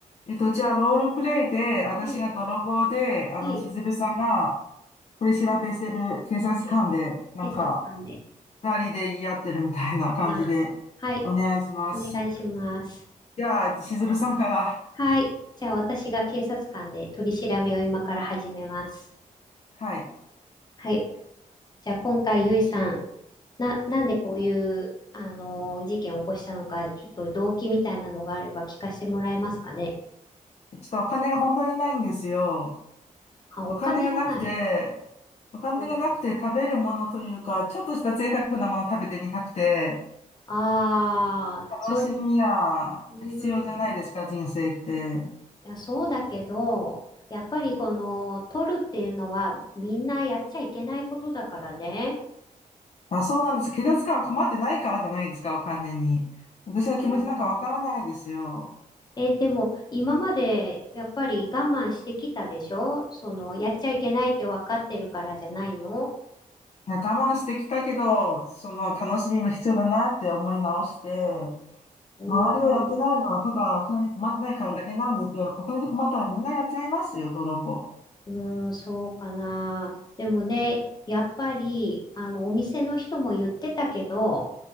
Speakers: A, on the left; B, on the left.
A: えっと、じゃあ、ロールプレイで、私が泥棒で、
B: はい、
A: あの、
B: はい、
A: しずるさんが取り調べしてる警察官で、
B: はい。
A: なんか、
B: 警察官で。
A: 二人で言い合ってるみたいな感じで、
B: な、はい、
A: お願いします。
B: お願いします。
A: じゃあ、えっとしずるさんから、
B: はい。じゃあ私が警察官で取り調べを今から始めます。
A: はい。ち
B: はい。じゃあ今回、ゆいさん、な、なんでこういう、あのー事件を起こしたのか、ちょっと動機みたいなのがあれば聞かせてもらえますかね。
A: ょっとお金が本当にないんですよ。
B: あ、お金がない。
A: お金がなくて、お金がなくて食べるものというか、
B: うん、
A: ちょっとした贅沢なものを食べてみたくて、
B: ああ、それ、
A: 楽しみが必要じゃないですか、
B: うーん、
A: 人生って。
B: いや、そうだけど、やっぱりこの、取るっていうのはみんなやっちゃいけないことだからね。
A: あ、そうなんです。警察官は困ってないからじゃないですか、お金に。私の気持ちなんかわからないですよ。
B: うん。え、でも今までやっぱり我慢してきたでしょそのやっちゃいけないって分かってるからじゃないの
A: 我慢してきたけど、その楽しみも必要だなって思い直して、
B: うん
A: 周りをやってないのはただお金に困ってないからだけなんですよ。お金に困ったらみんなやっちゃいますよ、泥棒。
B: うーん、そうかな。でもね、やっぱり、あの、お店の人も言ってたけど、